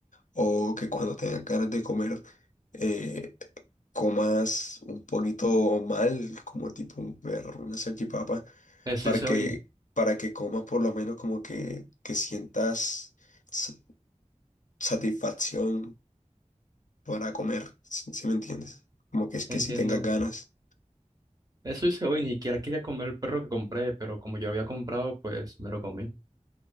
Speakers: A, on the left; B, on the right.
A: o que cuando tengas ganas de comer eh, comas un poquito mal, como tipo un perro, una salchipapa,
B: Eso
A: para
B: hice
A: que,
B: hoy,
A: para que comas por lo menos como que, que sientas sa- satisfacción para comer, si, si me entiendes? Como que es que
B: entiendo.
A: si tengas ganas,
B: Eso hice hoy, ni siquiera quería comer el perro que compré, pero como yo lo había comprado, pues me lo comí.